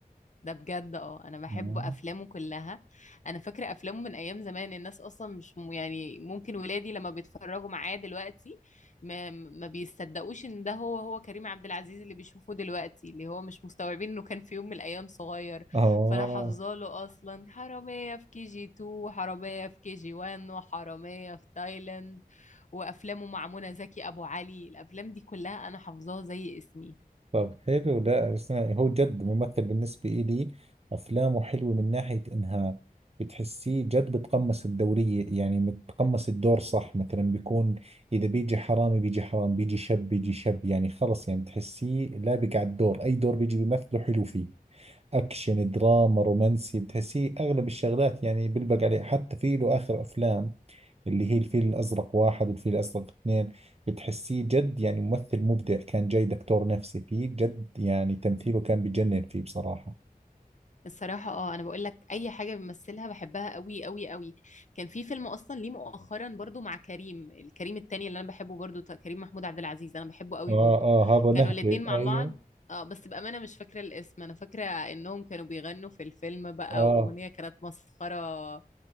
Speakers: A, on the left; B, on the right.
A: ده بجد اه انا بحب
B: آه
A: افلامه كلها انا فاكره افلامه من ايام زمان الناس اصلا مش م- يعني ممكن ولادي لما بيتفرجوا معاه دلوقتي ما, ما بيصدقوش ان ده هو هو كريم عبد العزيز اللي بيشوفوه دلوقتي اللي هو مش مستوعبين انه كان في يوم من الايام صغير
B: آه
A: فانا حافظه له اصلا حراميه في كي جي 2 وحراميه في كي جي 1 وحراميه في تايلاند وافلامه مع منى زكي ابو علي الافلام دي كلها انا حافظاها زي اسمي
B: طب حلو ده اسمعي هو جد ممثل بالنسبة إلي أفلامه حلوة من ناحية إنها بتحسيه جد بتقمص الدورية يعني بتقمص الدور صح مثلا بيكون إذا بيجي حرامي بيجي حرام بيجي شب بيجي شب يعني خلص يعني بتحسيه لابق على الدور أي دور بيجي بيمثله حلو فيه اكشن دراما رومانسي بتحسيه اغلب الشغلات يعني بلبق عليه حتى في له اخر افلام اللي هي الفيل الازرق واحد والفيل الازرق اثنين بتحسيه جد يعني ممثل مبدع كان جاي دكتور نفسي فيه جد يعني تمثيله كان بجنن فيه بصراحة
A: الصراحة اه انا بقول لك اي حاجة بيمثلها بحبها قوي قوي قوي كان في فيلم اصلا ليه مؤخرا برضو مع كريم الكريم التاني اللي انا بحبه برضو ت- كريم محمود عبد العزيز انا بحبه قوي
B: اه
A: برضو
B: اه هذا
A: كانوا
B: نهبة
A: آه. الاتنين مع
B: ايوه
A: بعض اه بس بأمانة مش فاكرة الاسم انا فاكرة انهم كانوا بيغنوا في الفيلم بقى
B: اه
A: واغنية كانت مسخرة